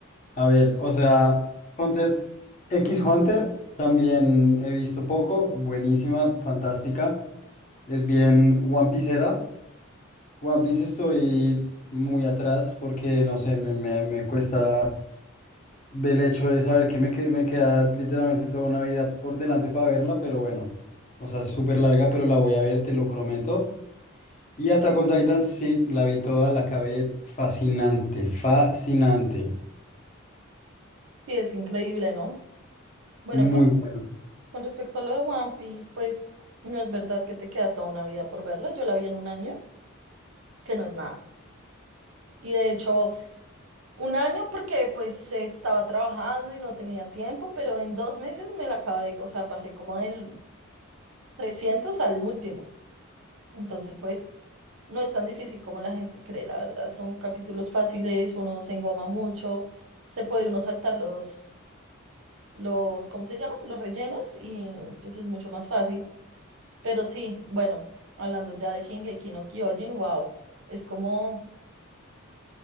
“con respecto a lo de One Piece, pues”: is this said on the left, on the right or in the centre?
Right